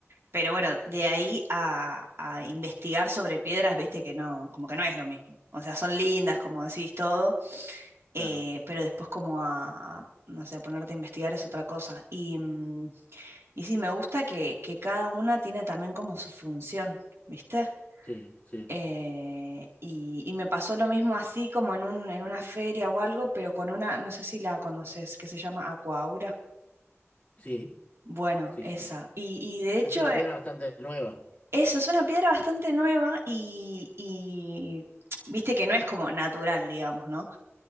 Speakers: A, on the right; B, on the left.
A: Pero bueno, de ahí a, a investigar sobre piedras, viste que no, como que no es lo mismo. O sea, son lindas, como decís todo, eh,
B: Claro,
A: pero después como a, a, no sé, a ponerte a investigar es otra cosa. Y, mm, y sí, me gusta que, que cada una tiene también como su función, ¿viste?
B: sí, sí,
A: Eh, y, y me pasó lo mismo así como en un, en una feria o algo, pero con una, no sé si la conoces, que se llama Aquaura.
B: sí,
A: Bueno,
B: sí,
A: esa.
B: sí.
A: Y, y de hecho,
B: Es una
A: eh,
B: piedra bastante nueva,
A: eso es una piedra bastante nueva y, y <tsk> viste que no es como natural, digamos, ¿no?